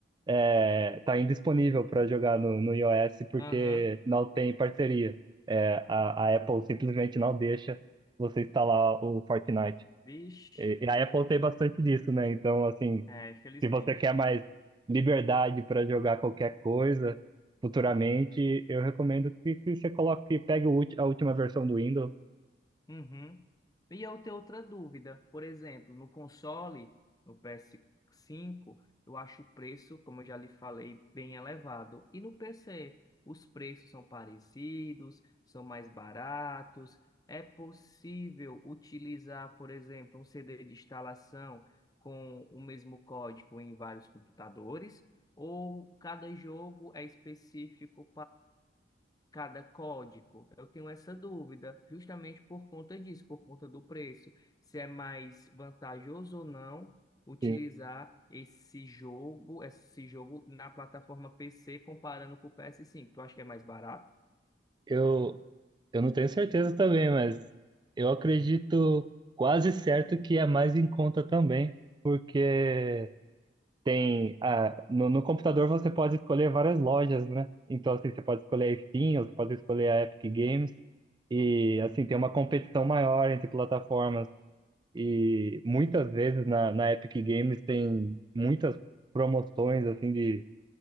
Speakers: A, on the right; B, on the left.
A: é, tá indisponível para jogar no, no iOS porque
B: Aham,
A: não tem parceria. É, a, a Apple simplesmente não deixa você instalar o Fortnite.
B: Vixe,
A: E, e a Apple tem bastante disso, né? Então, assim,
B: é, infelizmente.
A: se você quer mais liberdade para jogar qualquer coisa futuramente, eu recomendo que, que você coloque, que pegue o ulti- a última versão do Windows.
B: Uhum. E eu tenho outra dúvida. Por exemplo, no console, no ps cinco eu acho o preço, como eu já lhe falei, bem elevado. E no PC, os preços são parecidos, são mais baratos. É possível utilizar, por exemplo, um CD de instalação com o mesmo código em vários computadores? Ou cada jogo é específico cada código? Eu tenho essa dúvida, justamente por conta disso, por conta do preço. Se é mais vantajoso ou não utilizar
A: Sim.
B: esse jogo, esse jogo na plataforma PC comparando com o PS5. Tu acha que é mais barato?
A: Eu, eu não tenho certeza também, mas eu acredito quase certo que é mais em conta também, porque Tem, ah, no, no computador você pode escolher várias lojas, né? Então, assim, você pode escolher a Steam, ou você pode escolher a Epic Games, e, assim, tem uma competição maior entre plataformas. E muitas vezes na, na Epic Games tem muitas promoções, assim, de,